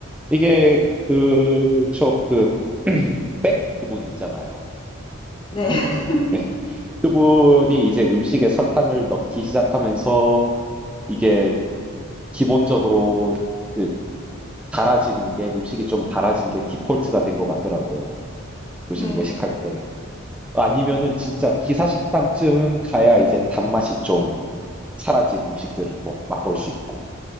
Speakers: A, in the centre; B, on the left.
A: 이게 그, 저, 그, <clears throat> 그분 있잖아요.
B: 네, <laughs>
A: 네. 그분이 이제 음식에 설탕을 넣기 시작하면서 이게 기본적으로 그 달아지는 게 음식이 좀 달아진 게 디폴트가 된 것 같더라고요. 요즘
B: 네,
A: 외식할 때. 아니면은
B: 네.
A: 진짜 기사식당쯤 가야 이제 단맛이 좀 사라진 음식들을 뭐 맛볼 수 있고.